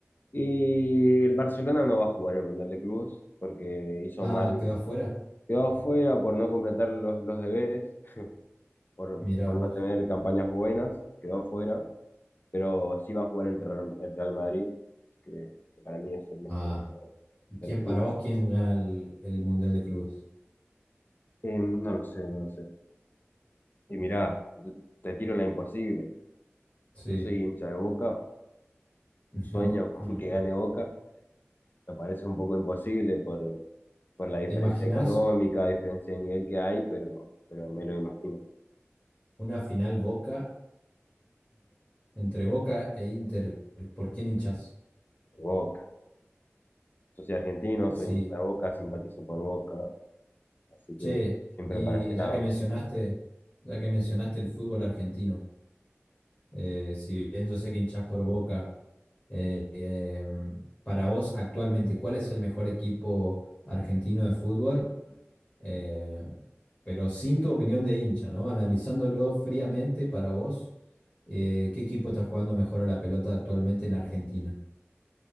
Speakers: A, on the left; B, on the left.
A: Y el Barcelona no va a jugar el Mundial de Clubes porque hizo
B: Ah,
A: mal,
B: quedó afuera.
A: quedó afuera por no completar los, los deberes, por,
B: Mira
A: por
B: vos.
A: no tener campañas buenas, quedó afuera, pero sí va a jugar el Real, el Real Madrid, que, que para mí es el mejor
B: Ah,
A: equipo
B: ¿y
A: del
B: quién,
A: fútbol.
B: para vos, quién gana el, el Mundial de Clubes?
A: Eh, no lo sé, no lo sé. Y mirá, yo te tiro la imposible.
B: Sí.
A: Yo soy hincha de Boca,
B: <laughs>
A: sueño <laughs> con
B: Ujú,
A: que
B: ujú.
A: gane Boca, me parece un poco imposible por, por la diferencia
B: ¿Te imaginás
A: económica, diferencia de nivel que hay, pero, pero me lo imagino.
B: una final Boca-Inter? Entre Boca e Inter, ¿por quién hinchás?
A: Boca. Yo soy argentino, soy
B: Sí.
A: hincha de Boca, simpatizo por Boca, así
B: Che,
A: que siempre
B: y
A: para ese lado.
B: ya que mencionaste, ya que mencionaste el fútbol argentino, eh, si bien yo sé que hinchás por Boca, Eh, em, para vos, actualmente, ¿cuál es el mejor equipo argentino de fútbol? Eh, pero sin tu opinión de hincha, ¿no? Analizándolo fríamente para vos, eh, ¿qué equipo está jugando mejor a la pelota actualmente en Argentina?